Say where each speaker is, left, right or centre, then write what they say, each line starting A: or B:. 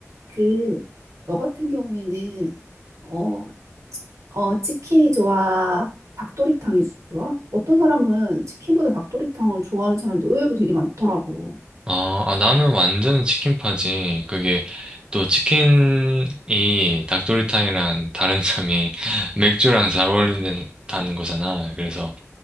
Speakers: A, on the right; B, on the right.
A: 그, 너 같은 경우에는 어, 어, 치킨이 좋아? 닭도리탕이 좋아? 어떤 사람은 치킨보다 닭도리탕을 좋아하는 사람도 의외로 되게 많더라고.
B: 아, 아, 나는 완전 치킨파지. 그게 또 치킨이 닭도리탕이랑 다른 점이 <laughs> 맥주랑 잘 어울린다는 거잖아. 그래서